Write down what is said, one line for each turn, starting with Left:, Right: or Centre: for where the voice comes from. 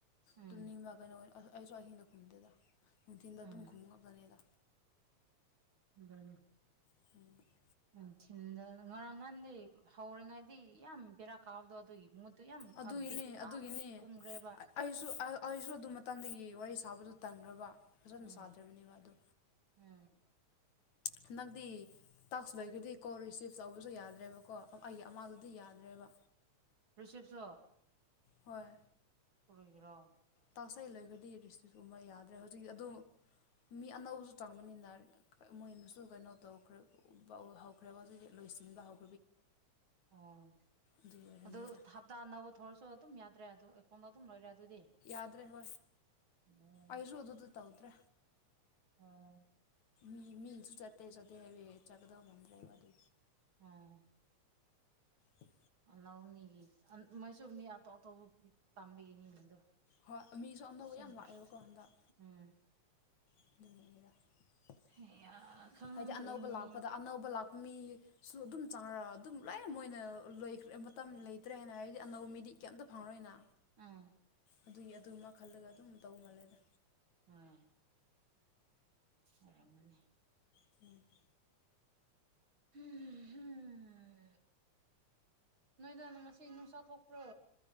Right: ꯎꯝ
Left: ꯇꯨꯝ ꯅꯤꯡꯕ ꯀꯩꯅꯣ ꯑꯩꯁꯨ ꯑꯍꯤꯡꯗ ꯈꯨꯝꯗꯦꯗ ꯅꯨꯡꯊꯤꯟꯗ
Right: ꯎꯝ
Left: ꯑꯗꯨꯝ ꯈꯨꯝ ꯉꯛꯀꯅꯤꯗ꯫
Right: <unintelligible>
Left: <unintelligible>
Right: ꯅꯨꯡꯊꯤꯟꯗ ꯉꯔꯥꯡ ꯅꯍꯥꯟꯗꯤ ꯍꯧꯔꯤꯉꯩꯗꯤ ꯌꯥꯝ ꯕꯦꯔꯥꯛ ꯀꯥꯎꯗꯣ ꯑꯗꯨ ꯃꯨꯠꯗꯨ ꯌꯦꯝ
Left: ꯑꯗꯨꯒꯤꯅꯤ
Right: ꯑ ꯕꯤꯠ
Left: ꯑꯗꯨꯒꯤꯅꯤ
Right: ꯑ ꯀꯛ ꯀꯨꯨꯝꯒ꯭ꯔꯦꯕ
Left: ꯑꯩꯁꯨ ꯑꯩꯁꯨ ꯑꯗꯨ ꯃꯇꯝꯗꯒꯤ ꯋꯥꯔꯤ ꯁꯥꯕꯗꯨꯣ ꯇꯟꯈ꯭ꯔꯕ꯫ ꯐꯖꯅ
Right: ꯎꯝ
Left: ꯁꯥꯗ꯭ꯔꯕꯅꯦꯕ ꯑꯗꯣ
Right: ꯎꯝ
Left: ꯍꯟꯗꯛꯇꯤ ꯇꯥꯛꯁ ꯂꯣꯏꯈꯔꯗꯤ ꯀꯣꯜ ꯔꯤꯁꯤꯞ ꯇꯧꯕꯁꯨ ꯌꯥꯗ꯭ꯔꯦꯕꯀꯣ꯫ ꯑꯩꯒꯤ ꯑꯃꯗꯨꯗꯤ ꯌꯥꯗ꯭ꯔꯦꯕ꯫
Right: ꯔꯤꯁꯤꯞꯖꫭ꯫
Left: ꯍꯣꯏ
Right: ꯀꯔꯤꯒꯤꯔ꯫
Left: ꯇꯥꯛꯁꯦ ꯂꯣꯏꯕꯗꯤ ꯔꯤꯁꯤꯞ ꯀꯨꯝꯕ ꯌꯥꯗ꯭ꯔꯦ ꯍꯧꯖꯤꯛ ꯑꯗꯨ ꯃꯤ ꯑꯅꯧꯕꯁꯨ ꯆꯪꯕꯅꯤꯅ ꯃꯣꯏꯅꯁꯨ ꯀꯩꯅꯣ ꯇꯧꯈ꯭ꯔꯦ꯫ <unintelligible> ꯍꯧꯈ꯭ꯔꯦꯕ ꯍꯧꯖꯤꯛ ꯂꯣꯏꯁꯤꯟꯕ ꯍꯧ
Right: ꯑꯥ
Left: ꯑꯗꯨꯒꯤ ꯑꯣꯏꯔꯝꯅꯤꯗ
Right: ꯑꯗꯨ ꯍꯞꯇꯥ ꯅꯧꯕ ꯊꯧꯔꯁꯨ ꯑꯗꯨꯝ ꯌꯥꯗ꯭ꯔꯦ ꯑꯗꯨ ꯑꯦꯀꯥꯎꯟꯗ ꯑꯗꯨꯝ ꯂꫭꯏꯔꯦ ꯑꯗꯨꯗꯤ꯫
Left: ꯑꯗ꯭ꯔꯦ ꯍꯣꯏ꯫
Right: ꯎꯝ꯫
Left: ꯑꯩꯁꯨ ꯑꯗꯨꯗ ꯇꯧꯗ꯭ꯔꯦ꯫
Right: ꯑꯣ꯫
Left: ꯃꯤ ꯃꯤꯁꯨ ꯆꯠꯇꯦ ꯆꯥꯠꯇꯦ ꯍꯥꯏꯕꯦꯛ ꯆꯠꯀꯗꯧ ꯃꯗ꯭ꯔꯦꯕ ꯑꯗꯨ꯫
Right: ꯎꯝ꯫
Left: ꯫
Right: ꯂꯧꯅꯤ ꯃꯣꯏꯁꯨ ꯃꯤ ꯑꯇꫭꯞ꯫ <unintelligible> ꯄꯥꯝꯕꯒꯅꯤ ꯑꯗꫭ
Left: ꯍꯣꯏ ꯃꯤꯁꯨ ꯑꯅꯧꯕ
Right: ꯁꯦꯝ
Left: ꯌꯥꯝ
Right: ꯄꯔꯁꯟ
Left: ꯂꯥꯛꯑꯦꯕꯀꯣ ꯍꯟꯗꯛ
Right: ꯎꯝ
Left: <unintelligible>
Right: ꯍꯩꯌꯥ ꯈꯪꯗ꯭ꯔꯦꯅꯦ
Left: ꯍꯥꯏꯗꯤ ꯑꯅꯧꯕ ꯂꯥꯛꯄꯗ ꯑꯅꯧꯕ ꯂꯥꯛꯄ ꯃꯤ꯫ ꯁꯨ ꯑꯗꯨꯝ ꯆꯥꯔ ꯑꯗꯨꯝ ꯂꯣꯏ ꯃꯣꯏꯅ ꯂꯣꯏꯈ꯭ꯔꯦ ꯃꯇꯝ ꯂꯩꯇ꯭ꯔꯦ ꯍꯥꯏꯅ ꯍꯥꯏꯗꯤ ꯑꯅꯧꯕ ꯃꯤꯗꯤ ꯀꯩꯝꯇ ꯐꯪꯔꯣꯏꯅ꯫
Right: ꯎꯝ
Left: ꯑꯗꯨꯏ ꯑꯗꯨꯃ ꯃꯈꯜꯂꯒ ꯑꯗꯨꯝ ꯇꯧ ꯃꯥꯜꯂꯦꯗ꯫
Right: <unintelligible> ꯑꫭꯏꯔꯝꯃꯅꯤ
Left: <unintelligible>
Right: ꯎꯝ ꯅꯣꯏꯗ ꯉꯁꯤ ꯅꯨꯡꯁꯥ ꯊꯣꯛꯄ꯭ꯔꯣ꯫